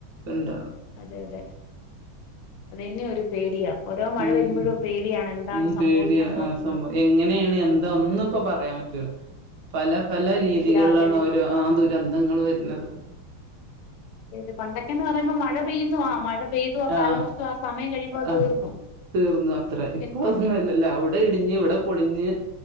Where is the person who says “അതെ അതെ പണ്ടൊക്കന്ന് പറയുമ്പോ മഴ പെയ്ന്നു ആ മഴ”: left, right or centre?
Left